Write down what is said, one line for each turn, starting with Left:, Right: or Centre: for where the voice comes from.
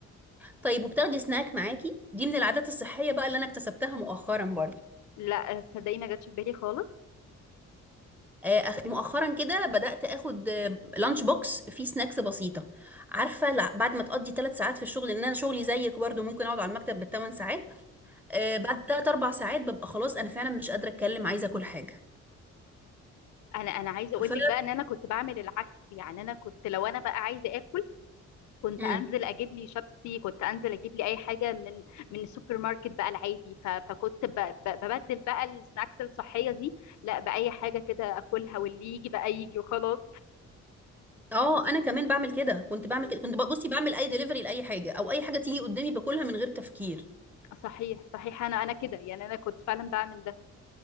Centre: طيب وبتاخدي سناك معاكي دي من العادات الصحيه بقى اللي انا اكتسبتها مؤخرا برضه
Left: لا آه، تصدقي ما جاتش في بالي خالص
Centre: آه، أخ- مؤخرا كده بدأت اخد لانش بوكس فيه سناكس بسيطة عارفة لع- بعد ما تقضي ثلاث ساعات في الشغل لان انا شغلي زيك برضو ممكن اقعد على المكتب بالثمان ساعات آه، بعد ثلاث اربع ساعات ببقى خلاص انا فعلا مش قادرة اتكلم عايزة اكل حاجة
Left: انا انا عايزه اقول
Centre: ف
Left: لك بقى ان انا كنت بعمل العكس يعني انا كنت لو انا بقى عايزه اكل كنت
Centre: مم.
Left: انزل اجيب لي شيبسي كنت انزل اجيب لي اي حاجه من من السوبر ماركت بقى العادي ف- فكنت ب- ب- ببدل بقى السناكس الصحيه دي لا باي حاجه كده اكلها واللي يجي بقى يجي وخلاص
Centre: اه انا كمان بعمل كده كنت بعمل
Left: مم.
Centre: كده كنت بصي بعمل اي دليفري لاي حاجة او اي حاجة تيجي قدامي باكلها من غير تفكير
Left: صحيح صحيح انا انا كده يعني انا كنت فعلا بعمل ده